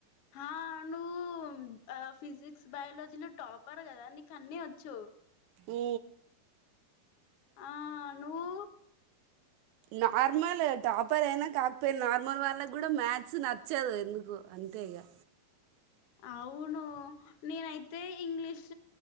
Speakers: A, on the left; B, on the right.
A: ఆ నువ్వు ఆ ఫిజిక్స్ బయాలజీలో టాపర్ కదా నీకు అన్నీ వచ్చు
B: ఈ
A: ఆ నువ్వు
B: నార్మల్ టాపర్ అయినా కాకపోయి నార్మల్ వాళ్ళకి కూడా మ్యాథ్స్ నచ్చదు ఎందుకు అంతేగా
A: అవును నేనైతే ఇంగ్లీష్